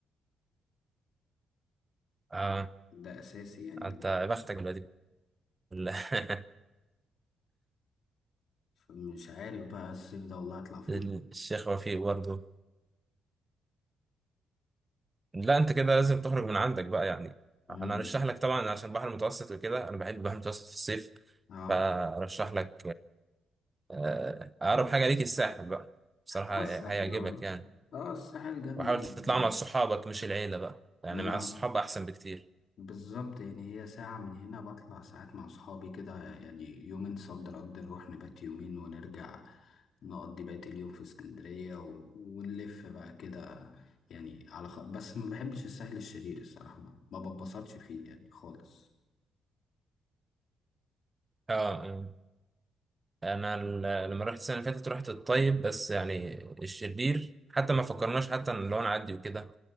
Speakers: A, on the right (about 20°); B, on the left (about 65°).
A: اه
B: ده اساسي يعني
A: انت يا بختك دلوقتي <laughs>
B: فمش عارف بقى الصيف ده والله هطلع فين
A: ال- الشيخ وفيق برضه لا انت كده لازم تخرج من عندك بقى يعني
B: امم
A: انا هرشح لك طبعا عشان البحر المتوسط وكده انا بحب البحر المتوسط في الصيف
B: اه
A: فارشح لك آه، اقرب حاجه ليك الساحل بقى بصراحه
B: هو الساحل
A: هيعجبك
B: اه
A: يعني
B: اه الساحل جنبي
A: وحاول تطلع
B: يعني
A: مع صحابك مش العيله بقى يعني
B: ما
A: مع الصحاب احسن بكتير
B: بالظبط يعني هي ساعة من هنا بطلع ساعات مع أصحابي كده يعني يومين صد رد نروح نبات يومين ونرجع نقضي بقية اليوم في اسكندرية و... ونلف بقى كده يعني على خ... بس ما بحبش الساحل الشرير الصراحة ما ما ببسطش فيه يعني خالص
A: اه آه. انا ال- لما رحت السنه اللي فاتت رحت الطيب بس يعني الشرير حتى ما فكرناش حتى ان لو نعدي وكده